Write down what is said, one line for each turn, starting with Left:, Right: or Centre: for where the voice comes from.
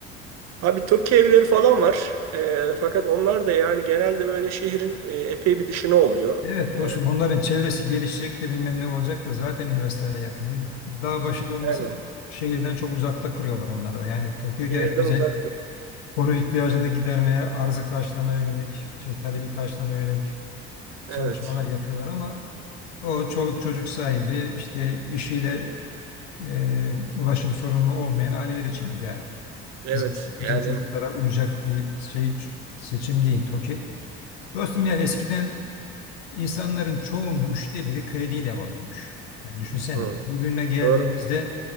Right: Abi Türk evleri falan var. Ee, fakat onlar da yani genelde böyle şehrin e, epey bir dışına oluyor.
Left: Evet
Right: Ee,
Left: dostum onların çevresi gelişecek de bilmem ne olacak da zaten üniversitelere yakın değil mi? Dağ başı da olmasa
Right: yani
Left: şehirden çok uzakta kuruyorlar onları da. Yani Tokyo gayet
Right: şehirden
Left: güzel.
Right: uzaktı.
Left: Konut ihtiyacını gidermeye, arzı karşılamaya yönelik, şey talebi karşılamaya yönelik çalışmalar
Right: Evet.
Left: yapıyorlar ama o çoluk çocuk sahibi işte işiyle e, ulaşım sorunlu olmayan aileler için ideal.
Right: Evet.
Left: Bizim
Right: Yani
Left: bizim çocuklara uyacak bir şey seçim değil Tokyo. Dostum ya eskiden İnsanların çoğunun üçte biri krediyle ev alıyormuş. Yani düşünsene
Right: hı.
Left: bugüne geldiğimizde
Right: Doğru.